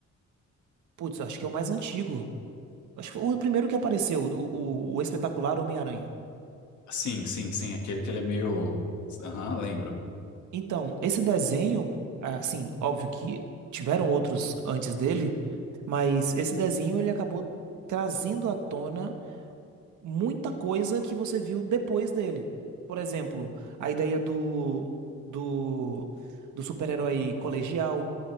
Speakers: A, on the right; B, on the left.
A: Putz, eu acho que é o mais antigo. Acho que foi o primeiro que apareceu, o, o, o espetacular Homem-Aranha.
B: Sim, sim, sim, aquele que ele é meio, aham, lembro.
A: Então, esse desenho, é, assim, óbvio que tiveram outros antes dele, mas esse desenho ele acabou trazendo à tona muita coisa que você viu depois dele. Por exemplo, a ideia do do, do super-herói colegial,